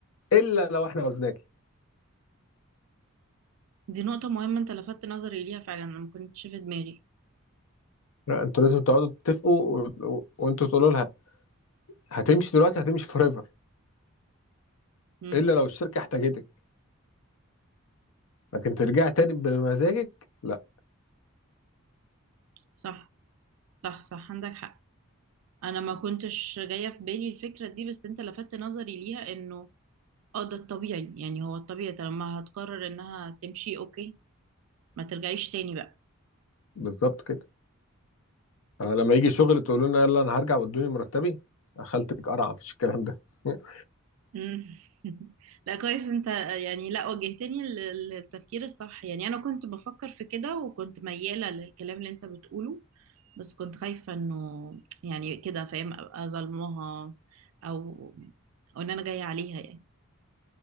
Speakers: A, on the left; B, on the right.
A: الا لو احنا عاوزناكي
B: دي نقطة مهمة أنت لفتت نظري ليها فعلا أنا ما كنتش في دماغي
A: لا انتوا لازم تقعدوا تتفقوا و- و- وانتوا تقولوا لها هتمشي دلوقتي هتمشي فور ايفر،
B: مم.
A: الا لو الشركه احتاجتك لكن ترجع تاني بمزاجك لا
B: صح صح صح عندك حق أنا ما كنتش جاية في بالي الفكرة دي بس أنت لفتت نظري ليها إنه أه ده الطبيعي يعني هو الطبيعي طالما هتقرر إنها تمشي أوكي ما ترجعيش تاني بقى
A: بالظبط كده آه، لما يجي شغل تقول لنا يلا انا هرجع وادوني مرتبي خالتك قرع مفيش الكلام ده <laughs>
B: مم. <laughs> لا كويس انت يعني لا وجهتني لل- للتفكير الصح يعني انا كنت بفكر في كده وكنت ميالة للكلام اللي انت بتقوله بس كنت خايفة انه يعني كده فاهم ابقى ظلمها او او ان انا جاية عليها يعني